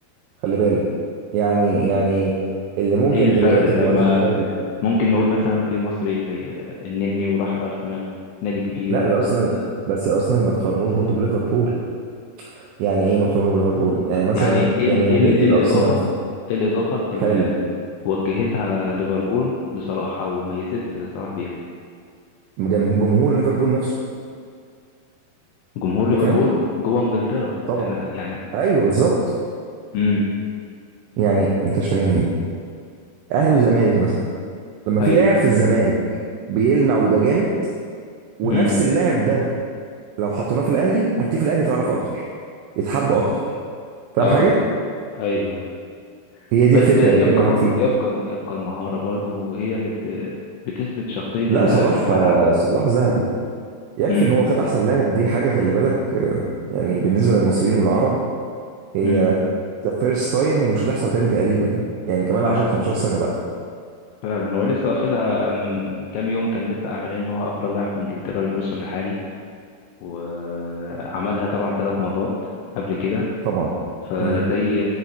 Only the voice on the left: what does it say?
ايه الفرق
طب
ما
ممكن نقول مثلا في مصري زي النني وراح الارسنال نادي كبير
والكلام
ده
يعني ايه
ال ايه ال ايه
الاضافه ايه الاضافه اللي
وجهتها ليفربول لصلاح او ميزت صلاح بيها
جمهور ليفربول
جوه انجلترا
أنا يعني
امم
ايوه
امم
اه
ايوه أيوه.
بس
يبقى
برضو
يبقى الم- يبقى المهارة برضو هي اللي بت... بتثبت شخصية
اللاعب
في الملعب
امم
امم
فعلا
فعلا هو لسه واخدها من كام يوم كان لسه اعلن ان هو افضل لاعب في انجلترا الموسم الحالي وعملها طبعا ثلاث مرات قبل كده
فزي